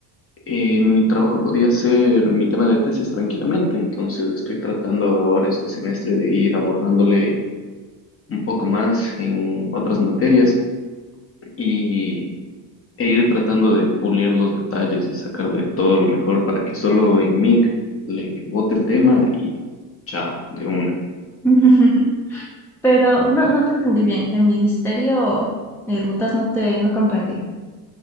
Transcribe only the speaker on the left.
eh, mi trabajo podía ser mi tema de tesis tranquilamente, entonces estoy tratando ahora este semestre de ir abordándole un poco más en otras materias y e ir tratando de pulir los detalles y sacarle todo lo mejor para que solo en Mic le bote el tema y chao, de una.